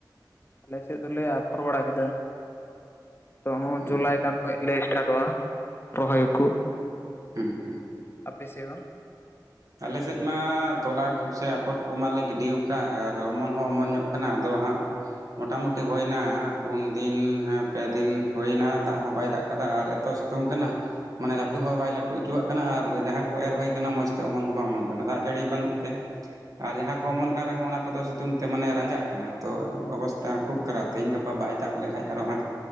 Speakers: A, on the left (about 30°); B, on the right (about 50°).
A: ᱟᱞᱮ ᱥᱮᱫ ᱫᱚᱞᱮ ᱟᱯᱷᱚᱨ ᱵᱟᱲᱟ ᱠᱮᱫᱟ ᱛᱟ ᱦᱚᱸ
B: ᱦᱩᱸ
A: ᱡᱩᱞᱟᱭ ᱪᱮᱛᱟᱱ ᱠᱷᱚᱡ ᱞᱮ ᱥᱴᱟᱴᱼᱟ ᱨᱚᱦᱚᱭ ᱠᱚ
B: ᱦᱩᱸ ᱦᱩᱸ
A: ᱟᱯᱮ ᱥᱮ ᱵᱟᱝ
B: ᱟᱞᱮ ᱥᱮᱫ ᱢᱟ ᱛᱚᱞᱟ ᱠᱚᱥᱮ ᱟᱯᱚᱨ ᱠᱚ ᱢᱟᱞᱮ ᱜᱤᱰᱤ ᱟᱠᱟᱫ ᱟᱨ ᱚᱢᱚᱱ ᱦᱚᱸ ᱚᱢᱚᱱ ᱧᱚᱜ ᱠᱟᱱᱟ ᱟᱫᱚ ᱦᱟᱸᱜ ᱢᱚᱴᱟᱢᱩᱴᱤ ᱦᱩᱭᱱᱟ ᱯᱩᱱ ᱫᱤᱱ ᱦᱮᱸ ᱯᱮ ᱫᱤᱱ ᱦᱩᱭᱱᱟ ᱫᱟᱜ ᱦᱚᱸ ᱵᱟᱭ ᱫᱟᱜ ᱠᱟᱫᱟ ᱟᱨ ᱮᱛᱚ ᱥᱤᱛᱩᱝ ᱠᱟᱱᱟ ᱢᱟᱱᱮ ᱞᱟᱹᱴᱩ ᱦᱚᱸ ᱵᱟᱭ ᱞᱟᱹᱴᱩ ᱚᱪᱚᱣᱟᱜ ᱠᱟᱱᱟ ᱟᱨ ᱡᱟᱦᱟᱸ ᱠᱚ ᱮᱨ ᱦᱩᱭ ᱠᱟᱱᱟ ᱢᱚᱸᱡᱽ ᱛᱮ ᱚᱢᱚᱱ ᱦᱚᱸ ᱵᱟᱝ ᱚᱢᱚᱱ ᱠᱟᱱᱟ ᱫᱟᱜ ᱡᱟᱹᱲᱤ ᱵᱟᱹᱱᱩᱜ ᱛᱮ ᱟᱨ ᱡᱟᱦᱟᱸ ᱠᱚ ᱚᱢᱚᱱ ᱠᱟᱱ ᱨᱮᱦᱚᱸ ᱚᱱᱟ ᱠᱚᱫᱚ ᱥᱤᱛᱩᱝ ᱛᱮ ᱢᱟᱱᱮ ᱨᱟᱸᱡᱟᱜ ᱠᱟᱱᱟ ᱛᱚ ᱚᱵᱚᱥᱛᱷᱟ ᱠᱷᱩᱵ ᱠᱷᱟᱨᱟᱯ ᱛᱮᱦᱮᱧ ᱜᱟᱯᱟ ᱵᱟᱭ ᱫᱟᱜᱽ ᱞᱮ ᱦᱟᱸᱜ ᱟᱨᱚ ᱦᱟᱸᱜ